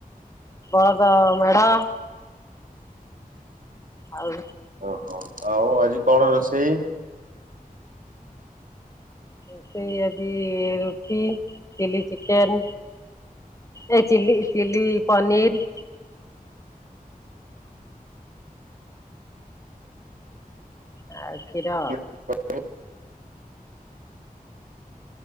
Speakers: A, on the left; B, on the right.
A: ବଳଦ ମେଢ। ଆଉ
B: ଓହୋ ଆଉ ଆଜି କଣ ରୋଷେଇ?
A: ରୋସେଇ ଆଜି ରୁଟି ଚିଲି ଚିକେନ। ଏ ଚିଲି ଚିଲି ପନିର। ଆଉ କ୍ଷୀର।
B: <unintelligible>